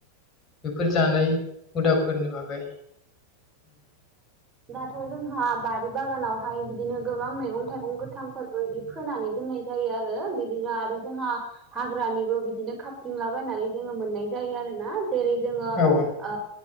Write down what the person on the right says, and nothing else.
दाथ' जोंहा बारि बागानावहाय बिदिनो गोबां मैगं थाइगं गोथांफोरबो बिदि फोनानै दोननाय जायो आरो बिदिनो आरो जोंहा हाग्रानिबो बिदिनो खापथिंलाबायनानै जोङो मोननाय जायो आरोना जेरै जोङो
ओ